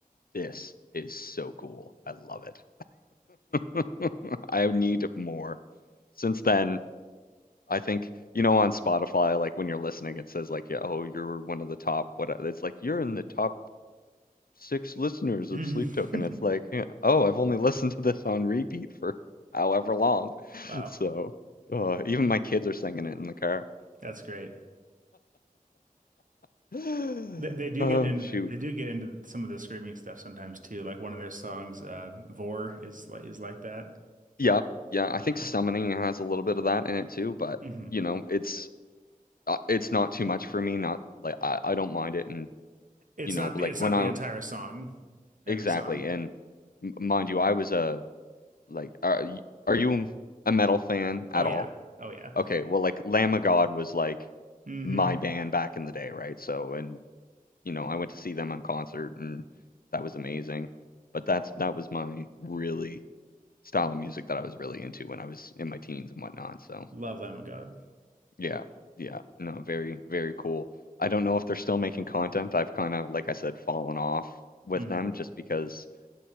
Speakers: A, on the left (about 80°); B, on the right (about 60°).
A: this is so cool. I love it. <laughs> I need more. Since then, I think, you know, on Spotify, like when you're listening, it says like, yeah, oh, you're one of the top, what, it's like, you're in the top six listeners
B: <laughs>
A: of Sleep Token. It's like, yeah, oh, I've only <laughs> listened to this on repeat for however long. <laughs>
B: Wow,
A: So, uh, even my kids are singing it in the car.
B: that's great.
A: <gasps> <sighs>
B: They, they do
A: Oh,
B: get into
A: shoot.
B: they do get into some of the screaming stuff sometimes too. Like one of their songs, uh, "Vor" is like is like that.
A: Yep. Yeah, I
B: Um,
A: think summoning has a little bit of that in it too, but
B: hmm
A: you know, it's uh, it's not too much for me. Not like I, I don't mind it, and
B: It's
A: you know,
B: not
A: like
B: the it's
A: when
B: not
A: I
B: the entire song, every
A: exactly,
B: song.
A: and m- mind you, I was a like, are, y- are you a metal fan at
B: Oh yeah,
A: all?
B: oh yeah.
A: Okay, well, like Lamb of God was like
B: hmm
A: my band back in the day, right? So, and you know, I went to see them on concert, and that was amazing. But that's that was my really style of music that I was really into when I was in my teens and whatnot. So,
B: Love Lamb of God.
A: yeah, yeah, no, very, very cool. I don't know if they're still making content. I've kind of, like I said, fallen off with
B: hmm
A: them just because